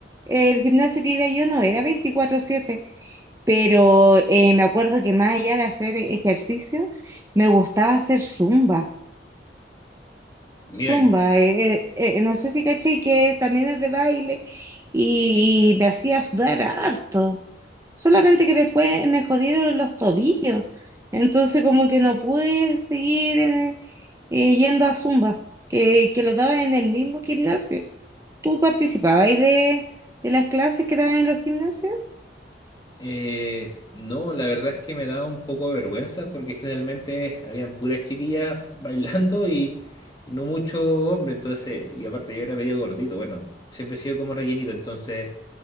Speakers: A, on the right; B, on the left.
A: el gimnasio que iba yo no era 24/7, pero eh, me acuerdo que más allá de hacer ejercicio, me gustaba hacer zumba.
B: mira,
A: Zumba, eh, eh, eh, no sé si caché que también es de baile y, me hacía sudar harto, solamente que después me jodieron los tobillos, entonces como que no pude seguir eh, eh, yendo a zumba, que, que lo daba en el mismo gimnasio. ¿Tú participabas de, de las clases que daban en los gimnasios?
B: eh, no, la verdad es que me da un poco de vergüenza porque generalmente habían puras chiquillas <laughs> bailando y, y no mucho hombre, entonces, y aparte yo era medio gordito, bueno, siempre he sido como rellenito, entonces